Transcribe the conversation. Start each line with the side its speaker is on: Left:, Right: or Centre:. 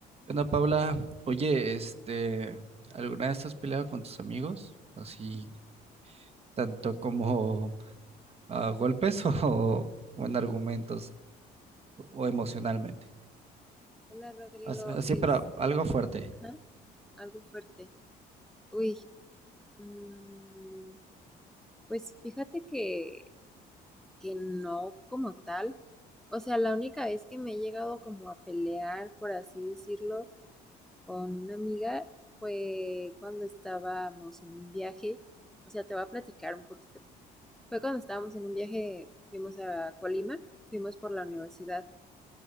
Right: ¿Qué onda, Paula? Oye, este, ¿alguna vez has peleado con tus amigos? Así, tanto como a golpes <laughs> o, o en argumentos o emocionalmente.
Centre: Hola Rodrigo,
Right: As- Así,
Centre: este,
Right: pero algo fuerte.
Centre: ajá, algo fuerte. Uy, mm, pues fíjate que, que no como tal. O sea, la única vez que me he llegado como a pelear, por así decirlo, con una amiga fue cuando estábamos en un viaje. O sea, te voy a platicar un poquito. Fue cuando estábamos en un viaje, fuimos a Colima, fuimos por la universidad.